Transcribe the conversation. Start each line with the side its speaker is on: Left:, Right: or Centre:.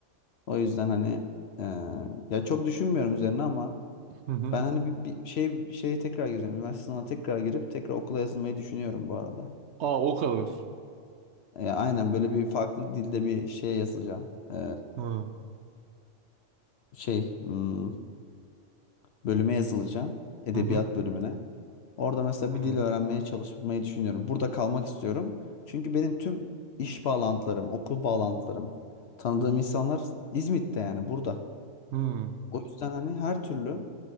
Left: O yüzden hani e, ya çok düşünmüyorum üzerine ama
Right: hı. hı.
Left: Ben hani bir, bir şey bir şeye tekrar gireceğim. Üniversite sınavına tekrar girip tekrar okula yazılmayı düşünüyorum bu arada.
Right: Aa o kadar.
Left: E, aynen böyle bir farklı dilde bir şeye yazılacağım. E,
Right: Hı hı.
Left: şey hmm, bölüme yazılacağım. Edebiyat
Right: Hı
Left: bölümüne. Orada mesela
Right: hı.
Left: bir dil öğrenmeye çalışmayı düşünüyorum. Burada kalmak istiyorum. Çünkü benim tüm iş bağlantılarım, okul bağlantılarım, tanıdığım insanlar İzmit'te yani burada.
Right: hı.
Left: O yüzden hani her türlü